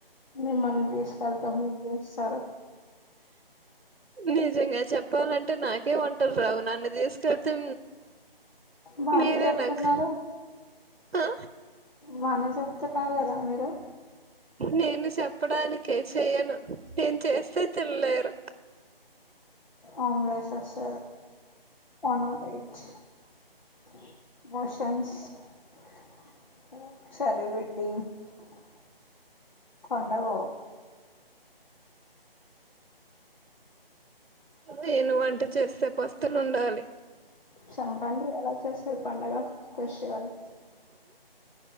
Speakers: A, on the left (about 50°); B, on the right (about 75°).
A: మిమ్మల్ని తీసుకెళ్తా మీరు చేస్తారు
B: నిజంగా చెప్పాలంటే నాకే వంటలు రావు నన్ను తీసుకెళ్తే
A: బానే
B: మీరే
A: చెప్తున్నారు
B: నాకు ఆ
A: బానే చెప్తున్నారు కదా మీరు
B: నేను చెప్పడానికే చెయ్యను నేను చేస్తే తినలేరు
A: అంలేస్ వన్ట్ ఎయిట్ <unintelligible> మోషన్చారి వెల్డింగ్ <unintelligible> కొండ కు పో
B: నేను వంట చేస్తే పస్తులు ఉండాలి
A: సంక్రాంతి ఎలా చేశారు పండుగ ఫెష్టివల్స్